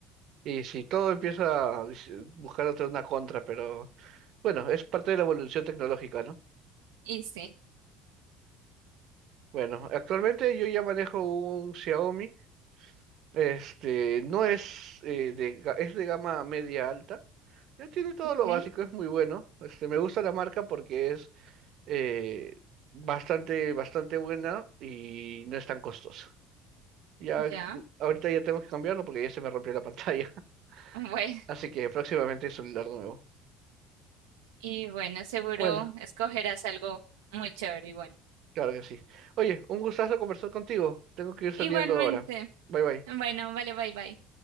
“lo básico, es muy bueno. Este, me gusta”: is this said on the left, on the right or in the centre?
Right